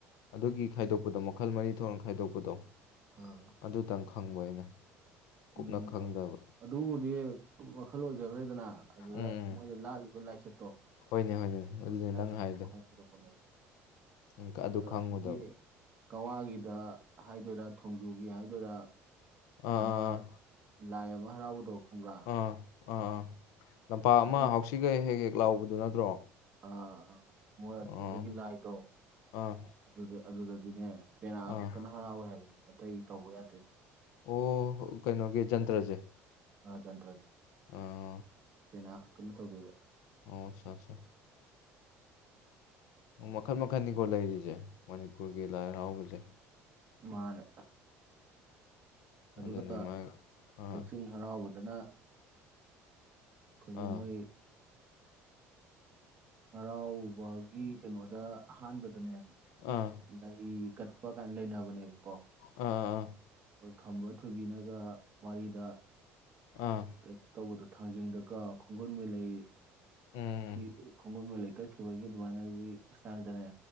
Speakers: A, on the left; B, on the right.
A: ꯑꯗꯨꯒꯤ ꯈꯥꯏꯗꯣꯛꯄꯗꯣ ꯃꯈꯜ ꯃꯔꯤ ꯊꯣꯛꯅ ꯈꯥꯏꯗꯣꯛꯄꯗꯣ
B: ꯑ
A: ꯑꯗꯨꯇꯪ ꯈꯪꯕ ꯑꯩꯅ ꯀꯨꯞꯅ
B: ꯎꯝ
A: ꯈꯪꯗꯕ
B: ꯑꯗꯨꯕꯨꯗꯤ ꯃꯈꯜ ꯑꯣꯏꯖꯈ꯭ꯔꯦꯗꯅ ꯑꯗꯨꯗ
A: ꯎꯝ
B: ꯃꯣꯏꯗ ꯂꯥꯠꯂꯤꯕ ꯂꯥꯏꯆꯠꯇꯣ
A: ꯍꯣꯏꯅꯦ ꯍꯣꯏꯅꯦ ꯑꯗꯨꯅꯦ
B: ꯃꯣꯏ ꯂꯥꯏꯆꯠ
A: ꯅꯪ ꯍꯥꯏꯗꯣ
B: ꯃꯈꯜ ꯈꯥꯏꯗꯣꯛꯄꯅꯦꯕ
A: ꯎꯝ ꯑꯗꯨ
B: ꯑꯗ
A: ꯈꯪꯉꯨꯗꯕ
B: ꯑꯁꯤꯒꯤ ꯀꯋꯥꯒꯤꯗ ꯍꯥꯏꯗꯣꯏꯔꯥ ꯊꯣꯡꯖꯨꯒꯤ ꯍꯥꯏꯗꯣꯏꯔꯥ
A: ꯑꯥ
B: ꯑꯃ ꯂꯥꯏ ꯑꯃ ꯍꯔꯥꯎꯕꯗꯣ ꯈꯪꯕ꯭ꯔꯥ
A: ꯑꯥ ꯑꯥ ꯑꯥ ꯑꯥ ꯂꯝꯄꯥꯛ ꯑꯃ
B: ꯃꯣꯏ
A: ꯍꯥꯎꯁꯤꯒ ꯍꯦꯛ ꯍꯦꯛ ꯂꯥꯎꯕꯗꯨ ꯅꯠꯇ꯭ꯔꯣ
B: ꯑꯥ ꯑꯥ ꯃꯣꯏ
A: ꯑꯥ
B: ꯑꯗꯨꯒꯤ ꯂꯥꯏꯗꯣ
A: ꯑꯥ
B: ꯑꯗꯨꯗ ꯑꯗꯨꯗꯗꯤꯅꯦ ꯄꯦꯅꯥ
A: ꯑꯥ
B: ꯈꯛꯇꯅ ꯍꯔꯥꯎꯋꯦ ꯍꯥꯏꯕꯅꯦ ꯑꯇꯩ ꯇꯧꯕ ꯌꯥꯗꯦ
A: ꯑꯣ ꯀꯩꯅꯣꯒꯤ ꯖꯟꯇ꯭ꯔꯁꯦ
B: ꯑ ꯖꯟꯇ꯭ꯔꯖꯦ
A: ꯑ
B: ꯄꯦꯅꯥ ꯈꯛꯇꯨꯅ ꯇꯧꯗꯣꯏꯕ
A: ꯑꯣ ꯑꯆꯥ ꯑꯆꯥ ꯃꯈꯜ ꯃꯈꯟꯅꯤꯀꯣ ꯂꯩꯔꯤꯁꯦ ꯃꯅꯤꯄꯨꯔꯒꯤ ꯂꯥꯏ ꯍꯔꯥꯎꯕꯁꯦ
B: ꯃꯥꯅꯦ ꯑꯗꯨꯒ
A: ꯑꯗꯨꯅꯤ ꯃꯥ ꯑꯥ
B: ꯀꯛꯆꯤꯡ ꯍꯔꯥꯎꯕꯗꯅ ꯑꯩꯈꯣꯏꯒꯤ
A: ꯑꯥ
B: ꯃꯣꯏ ꯍꯔꯥꯎꯕꯒꯤ ꯀꯩꯅꯣꯗ ꯑꯍꯥꯟꯕꯗꯅꯦ
A: ꯑꯥ
B: ꯂꯩ ꯀꯠꯄ ꯀꯥꯏ ꯂꯩꯅꯕꯅꯦꯕꯀꯣ
A: ꯑ ꯑ
B: ꯑꯩꯈꯣꯏ ꯈꯝꯕ ꯊꯣꯏꯕꯤꯅꯒ ꯋꯥꯔꯤꯗ
A: ꯑꯥ
B: ꯇꯧꯕꯗꯣ ꯊꯥꯡꯖꯤꯡꯗꯒ ꯈꯣꯡꯒꯨꯜ ꯃꯦꯂꯩ
A: ꯎꯝ
B: ꯊꯤ ꯈꯣꯡꯒꯨꯜ ꯃꯦꯂꯩ ꯀꯠꯈꯤꯕꯒꯤ ꯑꯗꯨꯃꯥꯏꯅꯒꯤ ꯏꯁꯇꯥꯏꯜꯗꯅꯦ